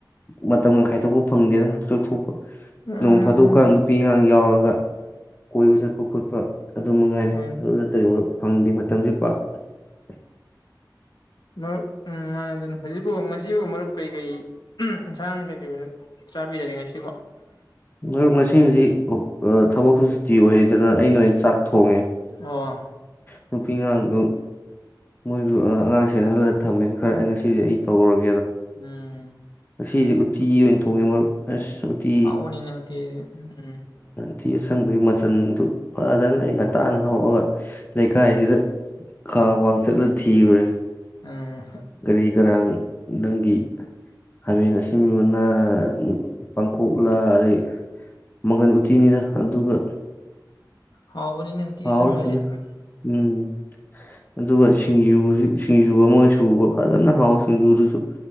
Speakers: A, on the left; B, on the left.
A: ꯃꯇꯝꯒ ꯈꯥꯏꯗꯣꯛꯄ ꯐꯪꯗꯦꯗ <unintelligible>
B: ꯃꯥꯅꯦ
A: ꯅꯣꯡ ꯐꯥꯗꯣꯛꯀꯥꯡ
B: ꯑꯗꯨꯅꯤ
A: ꯅꯨꯄꯤ ꯑꯉꯥꯡ ꯌꯥꯎꯔꯒ ꯀꯣꯏꯕ ꯆꯠꯄ ꯈꯣꯠꯄ ꯑꯗꯨ ꯃꯉꯥꯏ
B: ꯍꯣꯏ
A: ꯑꯗꯨ <unintelligible> ꯐꯪꯗꯦ ꯃꯇꯝꯖꯤ ꯄꯥꯛ <unintelligible>
B: ꯃꯔꯨꯞ ꯎꯝ ꯃꯥꯅꯦ ꯑꯗꯨꯅꯤ ꯍꯧꯖꯤꯛꯄꯨ ꯉꯁꯤꯕꯨ ꯃꯔꯨꯞ ꯀꯩꯀꯩ ꯑꯦꯟꯁꯥꯡ ꯀꯩꯀꯩ ꯑꯣꯏꯅ ꯆꯥꯕꯤꯔꯒꯦ ꯉꯁꯤꯐꯣ
A: ꯃꯔꯨꯝ ꯉꯁꯤꯗꯤ ꯑ ꯊꯕꯛꯁꯨ ꯇꯤ ꯑꯣꯏꯌꯦꯗꯅ ꯑꯩꯅ ꯑꯣꯏꯅ ꯆꯥꯛ ꯊꯣꯡꯉꯦ
B: ꯑꯣ
A: ꯅꯨꯄꯤ <unintelligible> ꯃꯣꯏꯗꯨ ꯑꯉꯥꯡ ꯁꯦꯅ ꯍꯜꯂꯒ ꯊꯝꯃꯦ ꯈꯔ ꯑꯩ ꯉꯁꯤꯗꯤ ꯑꯩ ꯇꯧꯔꯒꯦ
B: ꯎꯝ
A: ꯁꯤꯁꯦ ꯎꯠꯇꯤ ꯑꯣꯏꯅ ꯊꯣꯡꯉꯦ ꯃꯔꯨꯞ
B: <unintelligible>
A: ꯑꯁ ꯎꯇꯤ
B: ꯎꯝ
A: ꯎꯇꯤ ꯑꯁꯪꯕꯒꯤ ꯃꯆꯜꯗꯨ ꯐꯖꯅ ꯑꯩꯅ <unintelligible> ꯍꯧꯔꯒ ꯂꯩꯀꯥꯏꯁꯤꯗ ꯈꯥ ꯋꯥꯡ ꯆꯠꯂ ꯊꯤꯔꯨꯔꯦ
B: ꯎꯝ
A: ꯀꯔꯤ ꯀꯔꯥꯡ ꯅꯪꯒꯤ <unintelligible> <unintelligible> ꯄꯥꯡꯈꯣꯛꯂ ꯑꯗꯩ ꯃꯪꯒꯟ ꯎꯇꯤꯅꯤꯗ ꯑꯗꯨꯒ
B: ꯍꯥꯎꯕꯅꯤꯅꯦ ꯎꯇꯤ
A: ꯍꯥꯎꯔꯦ
B: ꯑꯁꯪꯕꯁꯤ
A: ꯐꯖꯅ ꯎꯝ ꯑꯗꯨꯒ ꯁꯤꯡꯖꯨ ꯁꯤꯡꯖꯨ ꯑꯃ ꯁꯨꯕ ꯐꯖꯅ ꯍꯥꯎ ꯁꯤꯡꯖꯨꯗꯨꯁꯨ